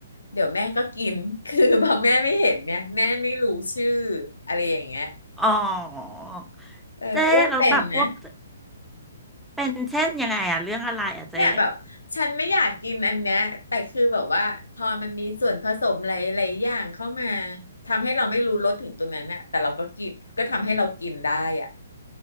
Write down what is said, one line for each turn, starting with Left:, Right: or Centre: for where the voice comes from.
Left: เดี๋ยวแม่ก็กิน <laughs> คือพอแม่ไม่เห็นเนี่ยแม่ไม่รู้ชื่ออะไรอย่างเงี้ย
Centre: อ๋อ
Left: เอออ้วนเป็นนะ
Centre: เจ๊เราแล้วแบบพวกเป็นเช่นยังไงอะเรื่องอะไรอะเจ๊
Left: เนี่ยแบบฉันไม่อยากกินอันเนี้ยแต่คือแบบว่าพอมันมีส่วนผสมหลายๆอย่างเข้ามาทำให้เราไม่รู้รสถึงตรงนั้นน่ะแต่เราก็กินก็ทำให้เรากินได้อ่ะ